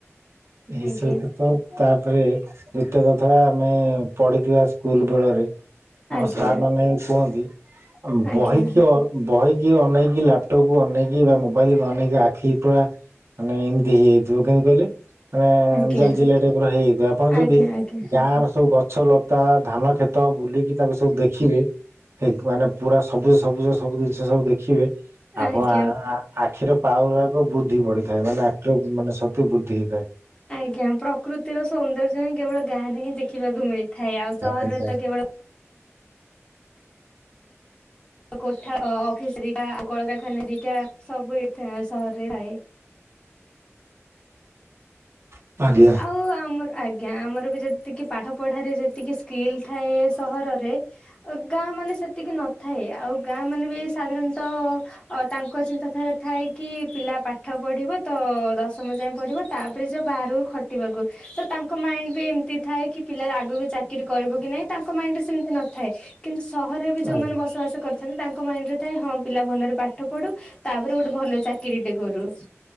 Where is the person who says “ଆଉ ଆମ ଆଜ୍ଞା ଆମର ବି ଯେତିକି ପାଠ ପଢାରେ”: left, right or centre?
Left